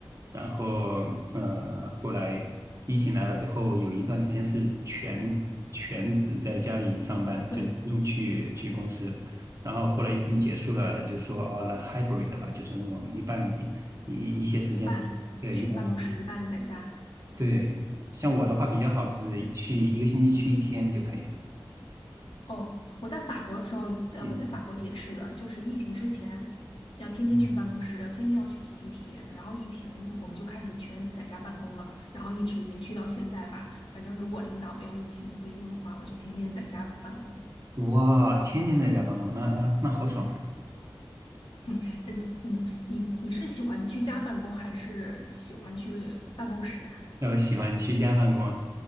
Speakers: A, on the right; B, on the left.
A: 然后呃，后来疫情来了之后，有一段时间是全全职在家里上班，
B: 对，
A: 就是不用去去公司。然后后来疫情结束了，
B: 呃
A: 就说哦，那 hybrid 的吧，就是那种一半一一些时间，
B: 一半去办公室，
A: 对，一半
B: 一半在家。
A: 对。像我的话比较好是去一个星期去一天就可以。
B: 哦，我在法国的时候，呃，
A: 嗯
B: 我在法国也是的，就是疫情之前，要天天去办公室，
A: 嗯
B: 要天天要去挤地铁，然后疫情我们就开始全在家办公了，然后一直延续到现在吧。反正如果领导没有硬性规定的话，我就天天在家办公。
A: 哇，天天在家办公，那那那好爽！
B: <laughs> 哼，呃，嗯，你你是喜欢居家办公还是喜欢去办公室呀？
A: <laughs> 那我喜欢居家办公啊